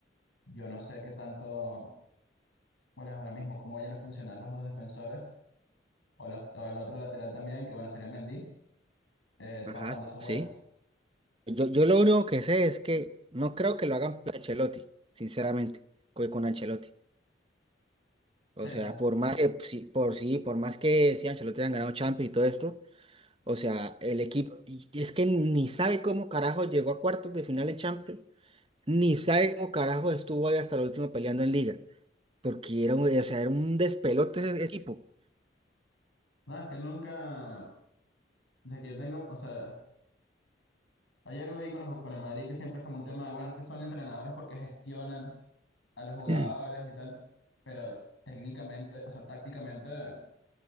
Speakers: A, on the left (about 85°); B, on the right (about 30°).
A: yo no sé qué tanto, bueno, es lo mismo, cómo vayan a funcionar los dos defensores o, los, o el otro lateral también, que bueno, sería Mendy, eh,
B: Ajá,
A: tapando esos
B: sí.
A: huecos.
B: Yo, yo lo único que sé es que no creo que lo hagan por Ancelotti, sinceramente, co- con Ancelotti.
A: Sí,
B: O sea,
A: nada,
B: por más que, sí, por sí, por más que sí, Ancelotti han ganado Champions y todo esto. O sea, el equipo, y es que ni sabe cómo carajo llegó a cuartos de final en Champions, ni sabe cómo carajo estuvo ahí hasta el último peleando en Liga, porque era, un- o sea, era un despelote ese equipo.
A: nada, es que nunca, desde que yo tengo, o sea, Hay algo ahí con, los- con el Madrid que siempre es como un tema de, bueno, es que son entrenadores porque gestionan a los jugadores
B: <clears throat>
A: y tal, pero técnicamente, o sea, tácticamente,